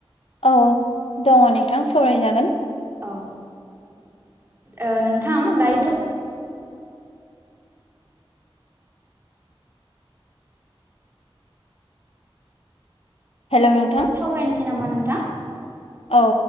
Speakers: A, on the left; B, on the right.
A: औ दङ नोंथां सरायजागोन
B: औ ओ ओ नोंथां दायोथ'
A: हेलौ नोंथां
B: सावरायनोसै नामा नोंथां
A: औ